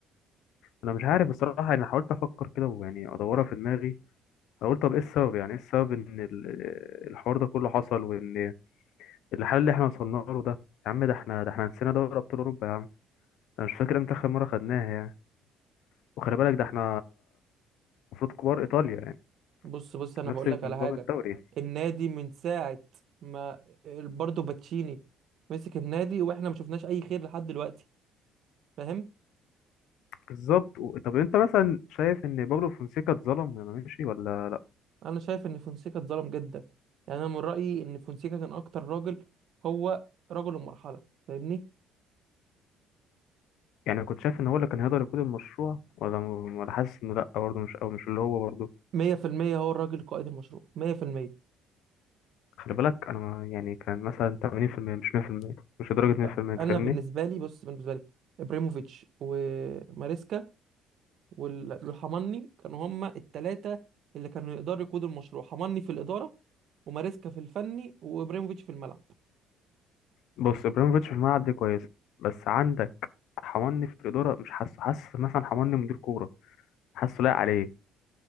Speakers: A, on the left; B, on the right.
A: انا مش عارف بصراحه انا حاولت افكر كده ويعني ادورها في دماغي أنا قلت طب ايه السبب يعني ايه السبب ان ال- الحوار ده كله حصل وان الحل اللي احنا وصلنا له ده يا عم ده احنا ده احنا نسينا دوري ابطال اوروبا يا عم انا مش فاكر امتى اخر مره خدناها يعني وخلي بالك ده احنا المفروض كبار ايطاليا يعني
B: بص بص انا
A: نفس
B: بقول لك على
A: نظام
B: حاجه
A: الدوري
B: النادي من ساعه ما برضه باتشيني مسك النادي واحنا ما شفناش اي خير لحد دلوقتي فاهم
A: بالظبط و- طب انت مثلا شايف ان بابلو فونسيكا اتظلم لما مشي ولا لا
B: انا شايف ان فونسيكا اتظلم جدا يعني انا من رايي ان فونسيكا كان اكتر راجل هو رجل المرحله فاهمني
A: يعني كنت شايف ان هو اللي كان هيقدر يقود المشروع ولا ولا حاسس انه لا برضه مش او مش اللي هو برضه
B: 100% هو الراجل قائد المشروع 100%
A: خلي بالك انا ما- يعني كان مثلا 80% مش 100% مش لدرجه 100%
B: لا
A: انت
B: انا
A: فاهمني
B: بالنسبه لي بص بالنسبه لي ابراهيموفيتش وماريسكا وال- والحمني كانوا هما التلاتة اللي كانوا يقدروا يقودوا المشروع حمني في الإدارة وماريسكا في الفني وإبراهيموفيتش في الملعب
A: بص ابراهيموفيتش في الملعب دي كويسه بس عندك حماني في الاداره مش حاسه حاسس مثلا حماني مدير كوره حاسه لايق عليه